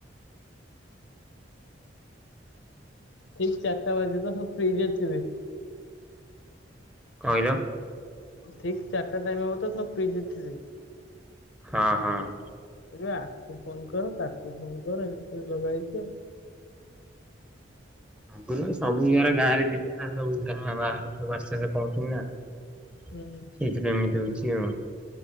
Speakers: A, on the left; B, in the centre.
A: ଠିକ ଚାରିଟା ବାଜୀବ ସବୁ ତ ଫିଲ୍ଡରେ ଥିବେ।
B: କହିଲ
A: ଠିକ ଚାରିଟା ଟାଇମ୍ ହବ ତ ସବୁ ଫିଲ୍ଡରେ ଥିବେ।
B: ହଁ ହଁ।
A: ଏବେ ଆକୁ ଫୋନ କର ତାକୁ ଫୋନ କର ଏମିତି ଲଗା ହେଇଛି ଆଉ
B: ଆଗରୁ ସବୁ <unintelligible> ଗାଁରେ ଥିଲେ ଗାଁ ବାହାରୁ ଆସିକି ପହଞ୍ଚୁନା। ସେଇଥିପାଇଁ
A: ହୁଁ
B: ଏମିତି ହଉଛି। କି ଆଉ